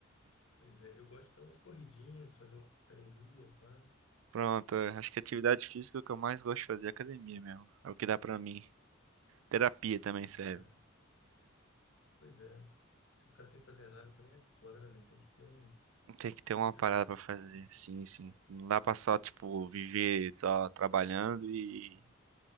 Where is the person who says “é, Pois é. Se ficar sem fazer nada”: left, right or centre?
Left